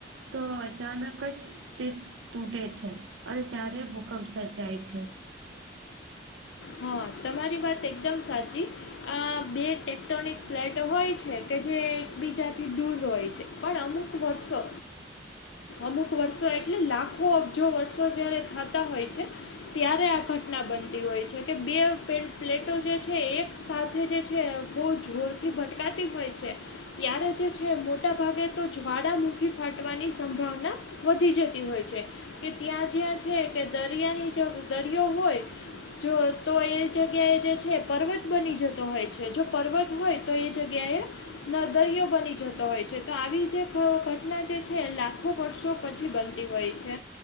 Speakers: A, on the right (about 80°); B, on the left (about 80°).
A: તો અચાનક જ. તે તૂટે છે, અને ત્યારે ભૂકંપ સર્જાય છે.
B: હા તમારી વાત એકદમ સાચી. આ ટેક્ટોનિક ફ્લેટ હોય છે, કે જે એકબીજાથી દૂર હોય છે. પણ અમુક વર્ષો.
A: <inaudible>
B: અમુક વર્ષો એટલે લાખો અબજો વર્ષો જયારે થાતા હોય છે. ત્યારે આ ઘટના બનતી હોય છે. કે બે પ પ્લેટો જે છે એક સાથે જે છે, બહુ જોરથી ભટકાતી હોય છે. ત્યારે જે છે, મોટા ભાગે તો જ્વાળાામુખી ફાટવાની સંભાવના વધી જતી હોય છે, કે ત્યાં જ્યાં છે, કે દરિયાની જો દરિયો હોય જો તો એ જગ્યાએ જે છે પર્વત બની જતો હોય છે જો પર્વત તો એ જગ્યાએ દરિયો બની જતો હોય છે, તો આવી જે ઘટના જે છે લાખો વર્ષો પછી બનતી હોય છે.